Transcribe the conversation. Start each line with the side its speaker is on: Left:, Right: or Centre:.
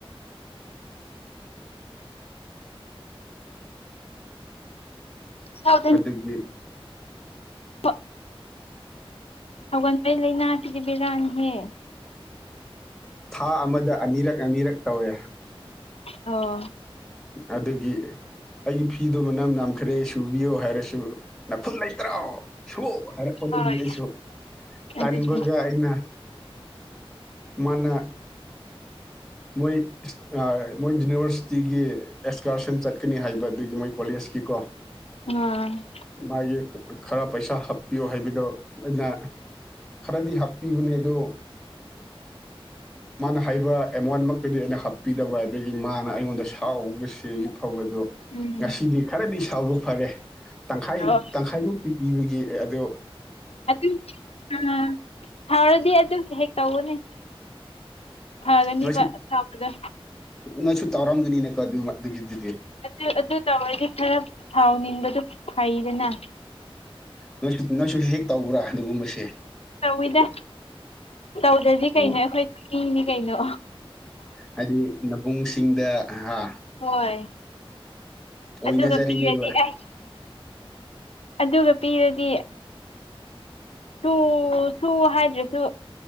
Left: ꯍ
Centre: ꯑꯗꯨꯗꯒꯤ
Left: ꯍ ꯍꯧꯒꯟꯕꯩ ꯂꯥꯏꯅꯥꯁꯤꯗꯤ ꯕꯤꯔꯥꯡꯍꯦ
Centre: ꯊꯥ ꯑꯃꯗ ꯑꯅꯤꯔꯛ ꯑꯅꯤꯔꯛ ꯇꯧꯋꯦ
Left: ꯑꯣ
Centre: ꯑꯗꯨꯒꯤ ꯑꯩꯒꯤ ꯐꯤꯗꯨꯣ ꯃꯅꯝ ꯅꯝꯈ꯭ꯔꯦ ꯁꯨꯕꯤꯌꯣ ꯍꯥꯏꯔꯁꯨ ꯅꯥꯈꯨꯟ ꯂꯩꯇ꯭ꯔꯣ ꯁꯨꯑꯣ ꯍꯥꯏꯔꯛꯄꯗꯒꯤ
Left: ꯍꯣꯏ
Centre: ꯑꯩꯁꯨ ꯇꯟꯥꯟꯕꯒ
Left: ꯑꯗꯨꯅꯤ
Centre: ꯑꯩꯅ ꯃꯥꯅ ꯃꯣꯏ ꯃꯣꯏ ꯌꯨꯅꯤꯚꯔꯁꯤꯇꯤꯒꯤ ꯑꯦꯛꯁꯀꯥꯔꯁꯟ ꯆꯠꯀꯅꯤ ꯍꯥꯏꯕ ꯑꯗꯨꯒꯤ ꯃꯣꯏ ꯀꯣꯂꯦꯖꯀꯤ ꯀꯣ <inaudible>
Left: ꯎꯝ
Centre: ꯃꯥꯒꯤ ꯈꯔ ꯄꯩꯁꯥ ꯍꯥꯞꯄꯤꯌꯣ ꯍꯥꯏꯕꯗꯣ ꯑꯩꯅ ꯈꯔꯗꯤ ꯍꯥꯞꯄꯤꯕꯅꯦ ꯑꯗꯣ ꯃꯥꯅ ꯍꯥꯏꯕ ꯑꯦꯃꯣꯟꯃꯛꯇꯨꯗꯤ ꯑꯩꯅ ꯍꯥꯞꯄꯤꯗꯕ ꯑꯗꯒꯤ ꯃꯥꯅ ꯑꯩꯉꯣꯟꯗ ꯁꯥꯎꯕꯁꯦ ꯌꯛꯐꯕꯗꯣ
Left: ꯎꯝ
Centre: ꯉꯁꯤꯗꯤ ꯈꯔꯗꯤ ꯁꯥꯎꯕ ꯐꯔꯦ ꯇꯪꯈꯥꯏ
Left: ꯑꯣ
Centre: ꯇꯪꯈꯥꯏꯃꯨꯛꯇꯤ ꯄꯤꯕꯒꯤ ꯑꯗꯨ
Left: ꯑꯗꯨ ꯑ ꯊꯥꯎꯔꯗꯤ ꯑꯗꯨ ꯍꯦꯛ ꯇꯧꯒꯅꯦ ꯊꯥꯗꯅꯤ
Centre: ꯅꯣꯏꯁꯨ
Left: ꯁꯄꯗ
Centre: ꯅꯣꯏꯁꯨ ꯇꯧꯔꯝꯒꯅꯤꯅꯦꯀꯣ ꯑꯗꯨ ꯑꯗꯨꯒꯤꯗꯨꯗꯤ
Left: ꯑꯗꯨ ꯑꯗꯨ ꯇꯧꯔꯗꯤ ꯈꯔ ꯁꯥꯎꯅꯤꯡꯕꯗꯨ ꯐꯩꯗꯅ
Centre: ꯅꯣꯏꯁꯨ ꯅꯣꯏꯁꯨ ꯍꯦꯛ ꯇꯧꯕ꯭ꯔꯥ ꯑꯗꯨꯒꯨꯝꯕꯁꯦ
Left: ꯇꯧꯋꯤꯗ ꯇꯧꯗ꯭ꯔꯗꯤ
Centre: ꯑꯣ
Left: ꯀꯩꯅꯣ ꯑꯩꯈꯣꯏ ꯆꯤ ꯃꯤꯅꯤ ꯀꯩꯅꯣ
Centre: ꯍꯥꯏꯗꯤ ꯅꯕꯨꯡꯁꯤꯡꯗ ꯍꯥ
Left: ꯍꯣꯏ
Centre: ꯑꯣꯏꯅꯖꯔꯤꯅꯦꯕ
Left: ꯑꯗꯨꯒ ꯄꯤꯔꯗꯤ ꯑꯩ ꯑꯗꯨꯒ ꯄꯤꯔꯗꯤ ꯁꯨ ꯁꯨ ꯍꯥꯏꯗ꯭ꯔꯁꯨ